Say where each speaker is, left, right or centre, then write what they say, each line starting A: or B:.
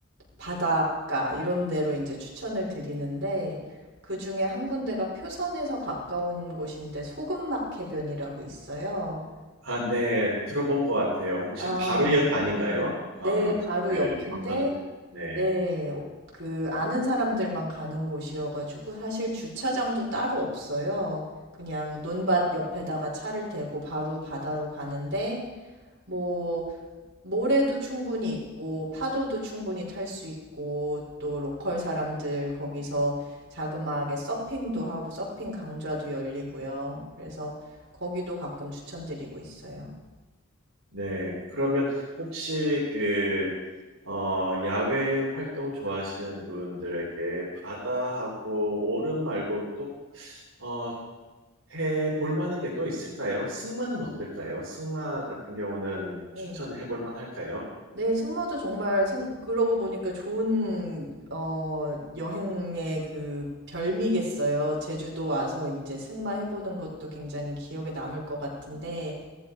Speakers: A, on the right (about 55°); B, on the right (about 70°).
A: 바닷가 이런 데로 이제 추천을 드리는데 그 중에 한 군데가 표선에서 가까운 곳인데 소금막 해변이라고 있어요.
B: 아 네. 들어본 것 같아요. 혹시
A: 아,
B: 바로 옆 아닌가요?
A: 네,
B: 광
A: 바로
B: 그
A: 옆인데,
B: 표선 네.
A: 네, 그 아는 사람들만 가는 곳이어가지고 사실 주차장도 따로 없어요. 그냥 논밭 옆에다가 차를 대고 바로 바다로 가는데, 뭐, 모래도 충분히 있고, 파도도 충분히 탈 수 있고, 또 로컬 사람들 거기서 자그마하게 서핑도 하고, 서핑 강좌도 열리고요. 그래서 거기도 가끔 추천드리고 있어요.
B: 네, 그러면 혹시 그, 어, 야외 활동 좋아하시는 분들에게 바다하고 오름 말고 또, 어, 해 볼 만한 게 또 있을까요? 승마는 어떨까요? 승마 같은 경우는
A: 어,
B: 추천해 볼 만할까요?
A: 네. 승마도 정말 생 그러고 보니까 좋은 어 여행의 그 별미겠어요. 제주도 와서 이제 승마 해 보는 것도 굉장히 기억에 남을 것 같은데